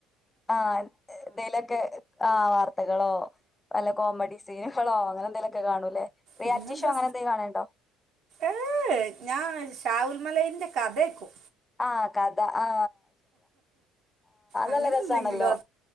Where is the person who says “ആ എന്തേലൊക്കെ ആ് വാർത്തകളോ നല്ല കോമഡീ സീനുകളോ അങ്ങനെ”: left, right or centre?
Left